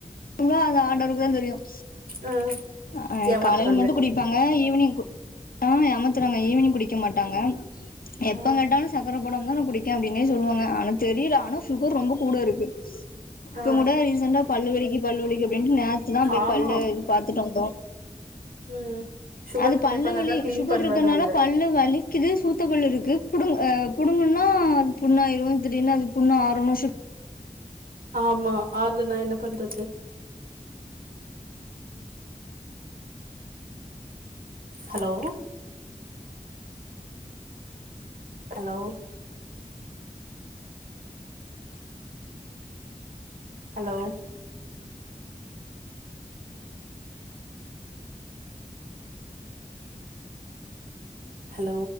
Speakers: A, on the left; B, on the right.
A: <unintelligible> அந்த ஆண்டவருக்கு தா தெரியும்
B: ஆ
A: ஆ
B: ஏமாத்துறாங்க
A: காலைல மட்டு குடிப்பாங்க ஈவினிங் கு ஆ ஏமாத்துறாங்க ஈவினிங் குடிக்க மாட்டாங்க ம் எப்ப
B: ஆ
A: கேட்டாலு சக்கர போடமதான குடிக் க்கேன் அப்டின்னே சொல்லுவாங்க ஆனா தெரில ஆனா ஷுகர் ரொம்பக் கூட இருக்கு இப்பங்
B: ஆ
A: கூட ரீசெண்டா பல்லு வலிக்குத் பல்லு வலிக்கு அப்டின்னு நேத் த்துதான் அப்டே
B: ஆமா
A: பல்லு இது பாத்துட்டு வந்தோம்
B: ம் சுகர்
A: அது
B: கம்மி
A: பல்லு
B: பண்ணாதா
A: வலி
B: கிளீன்
A: ஷுகர்
B: பண்ணுவன்னுவாங்க
A: இருக்கதுனால பல்லு வலிக்குது சூத்தபல்லு இருக்கு புடுங் அ புடுங்குன்னா அது புண்ணாயிரு திடீர்னு அது புண்ணு ஆரனு ஷிப்
B: ஆமா ஆறலனா என்ன பண்றது ஹலோ..... ஹலோ..... ஹலோ ஹலோ.....